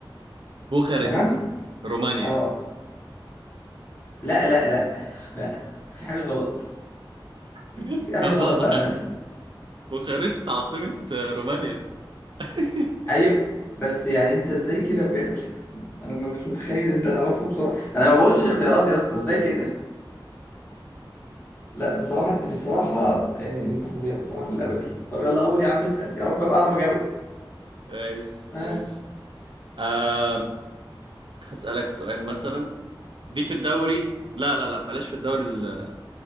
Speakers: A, on the right; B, on the left.
A: بوخارست
B: تمام
A: رومانيا
B: اه لا لا لا لا في حاجه غلط
A: <laughs>
B: في حاجه
A: طب
B: غلط
A: بقى بوخ...
B: بامانه
A: بوخارست عاصمة آه، رومانيا <laughs>
B: ايوه بس يعني انت ازاي كده بجد <laughs> انا ما كنتش متخيل ان انت تعرفه بسرعه يعني انا ما بقولش الاختيارات يا اسطى ازاي كده لا بصراحه بصراحه يعني انت فظيع بصراحه في اللعبه دي طب يلا قول يا عم اسال يا رب ابقى اعرف اجاوب
A: ماشي
B: ها
A: ماشي آم... هسألك سؤال مثلا دي في الدوري لا لا لا بلاش في الدوري ال...